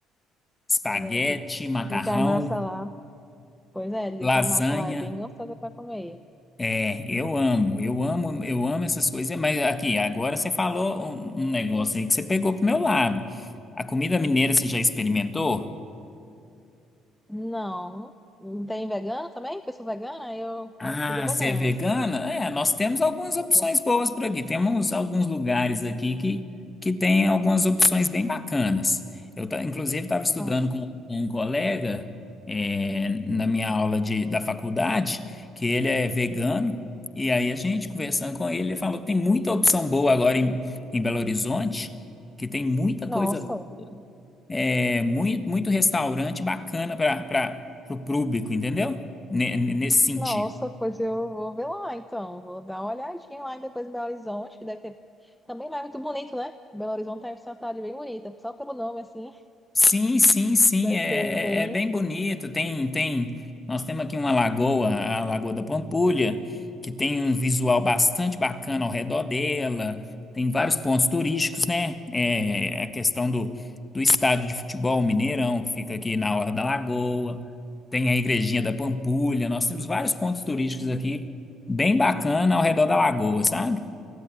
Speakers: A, on the left (about 20°); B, in the centre.
A: Espaguete,
B: Verdade.
A: macarrão,
B: Dizem que a massa lá. Pois é, dizem
A: lasanha.
B: que a massa lá é bem gostosa para comer.
A: É, eu amo, eu amo, eu amo essas coisas. Mas aqui, agora você falou um um negócio aí que você pegou pro meu lado. A comida mineira você já experimentou?
B: Não. Não tem vegano também? Porque eu sou vegana, aí eu
A: Ah,
B: como comida vegana,
A: você é vegana?
B: assim.
A: É, nós temos algumas
B: Sou.
A: opções boas por aqui. Temos alguns lugares aqui que, que tem algumas opções bem bacanas. Eu, ta- inclusive, estava estudando
B: Nossa.
A: com, com um colega, é, na minha aula de, da faculdade, que ele é vegano. E aí, a gente conversando com ele, ele falou que tem muita opção boa agora em, em Belo Horizonte, que tem muita coisa,
B: Nossa.
A: é, muito, muito restaurante bacana para o público, entendeu? Ne- Nesse sentido.
B: Nossa, pois eu vou ver lá, então. Vou dar uma olhadinha lá e depois em Belo Horizonte, que deve ter. Também lá é muito bonito, né? Belo Horizonte é uma cidade bem bonita, só pelo nome, assim,
A: Sim, sim, sim,
B: deve
A: é,
B: ser bem.
A: é, é bem bonito. Tem, tem, nós temos aqui uma lagoa, a Lagoa da Pampulha, que tem um visual bastante bacana ao redor dela. Tem vários pontos turísticos, né? É, a questão do, do estádio de futebol Mineirão, que fica aqui na Orla da Lagoa. Tem a Igrejinha da Pampulha. Nós temos vários pontos turísticos aqui, bem bacana ao redor da lagoa, sabe?